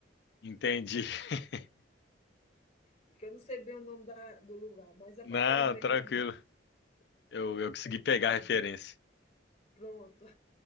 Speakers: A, on the left (about 65°); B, on the left (about 35°).
A: Entendi. <laughs>
B: porque eu não sei bem o nome da, do lugar, mas é
A: Não,
B: para aquele meio
A: tranquilo.
B: de mundo.
A: Eu, eu consegui
B: Então,
A: pegar a referência.
B: pronto.